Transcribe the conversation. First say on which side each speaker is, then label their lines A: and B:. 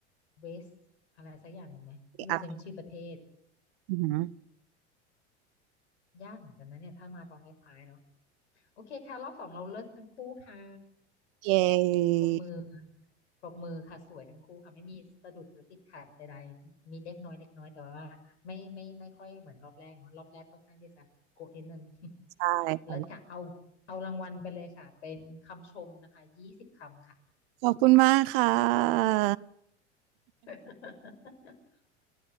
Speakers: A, on the left; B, on the right.
A: เวสอะไรสักอย่างหนึ่งไหมที่มันจะเป็นชื่อประเทศ
B: อีกอันอือหือ
A: ยากเหมือนกันนะเนี่ยถ้ามาตอนท้ายๆเนาะโอเคค่ะรอบสองเราเลิศทั้งคู่ค่ะ
B: เย้
A: ปรบมือปรบมือค่ะสวยทั้งคู่ค่ะไม่มีสะดุดหรือติดขัดใดๆมีเล็กน้อยเล็กน้อยแต่ว่าไม่ไม่ไม่ค่อยเหมือนรอบแรกเนาะรอบแรกค่อนข้างที่จะโกะนิดนึง <laughs>
B: ใช่ค่ะ
A: เลิศค่ะเอาเอารางวัลไปเลยค่ะเป็นคำชมนะคะยี่สิบคำค่ะ
B: ขอบคุณมากค่ะ
A: <laughs>